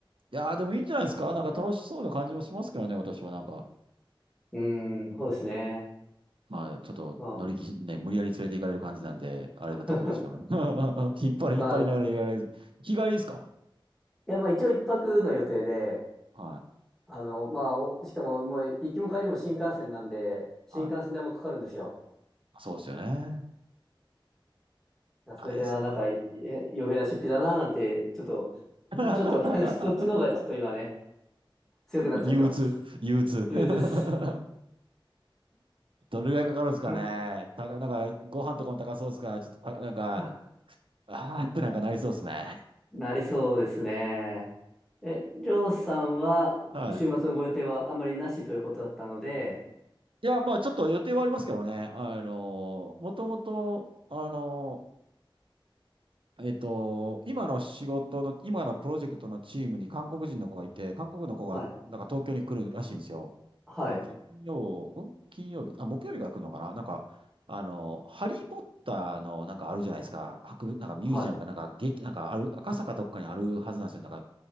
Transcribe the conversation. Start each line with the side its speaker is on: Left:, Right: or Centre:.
Right: いやー、でもいいんじゃないですか。
Centre: いや
Right: なんか楽しそうな感じもしますけどね、私はなんか。
Centre: うーん、そうですね。
Right: まあ、ちょっと乗り気、
Centre: ま
Right: ね、無理やり連れて行かれる感じなんで、あれだと思うんですけど。
Centre: あ、
Right: <laughs>
Centre: <laughs>
Right: 引っ張り、
Centre: まあ、
Right: 引っ張りながら言われる。
Centre: い
Right: 日帰りですか
Centre: や、まあ一応一泊の予定で、
Right: はい。
Centre: あの、まあ、おしかももう行きも帰りも新幹線なんで、新幹線代もかかるんですよ。
Right: はい。そうですよね。
Centre: いやそれで、
Right: 大変ですね。
Centre: あ、なんか、え余計な出費だな、なんて、ちょっと、
Right: <laughs>
Centre: ちょっと <laughs> そっちの方がちょっと今ね、強くなっちゃってます。
Right: 憂鬱、憂鬱。<laughs>
Centre: 憂鬱です。
Right: どれぐらいかかるんですかね。
Centre: な、
Right: たか、なんか、ご飯とかも高そうですから、ちょっとた、なんか、
Centre: あ
Right: あーってなんかなりそうですね。
Centre: なりそうですね。え、りょうさんは、
Right: はい。
Centre: 週末のご予定はあまりなしということだったので、
Right: いや、まあ、ちょっと予定はありますけどね。あの、もともと、あの、えっと、今の仕事の、今のプロジェクトのチームに韓国人の子がいて、韓国の子が、
Centre: はい、
Right: なんか東京に来るらしいんですよ。
Centre: はい、
Right: 金曜、ん金曜日、あ、木曜日から来るのかななんか、あの、ハリーポッターのなんかあるじゃないですか。博物、なんかミュージアムかなんか、
Centre: はい、
Right: 劇、なんかある、赤坂どっかにあるはずなんですよ。なんか、